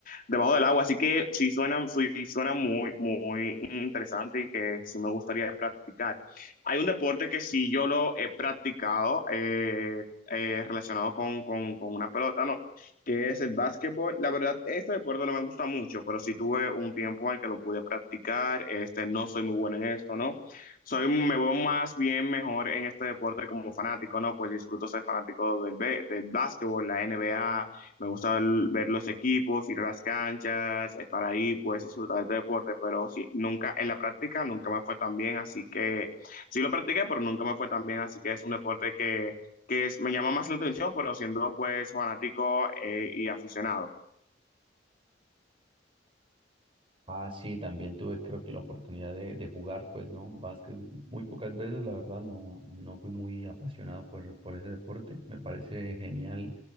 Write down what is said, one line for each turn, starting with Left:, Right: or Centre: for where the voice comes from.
Left: debajo del agua. Así que sí suena, sí suena muy, muy interesante y que sí me gustaría practicar. Hay un deporte que sí yo lo he practicado. eh, eh, relacionado con, con, con una pelota, ¿no? Que es el básquetbol. La verdad, este deporte no me gusta mucho, pero sí tuve un tiempo en el que lo pude practicar. Este, no soy muy bueno en esto, ¿no? Soy, me veo más bien mejor en este deporte como fanático, ¿no? Pues disfruto ser fanático del, be- del básquetbol, la NBA, me gusta el- ver los equipos, ir a las canchas, estar ahí, pues disfrutar de este deporte, pero sí, nunca, en la práctica nunca me fue tan bien, así que sí lo practiqué, pero nunca me fue tan bien, así que es un deporte que que es- me llama más la atención, pero siendo pues fanático eh, y aficionado.
Right: Ah, sí, también tuve creo que la oportunidad de, de jugar, pues, ¿no? Básquet muy pocas veces, la verdad, no, no fui muy apasionado por, por ese deporte. Me parece genial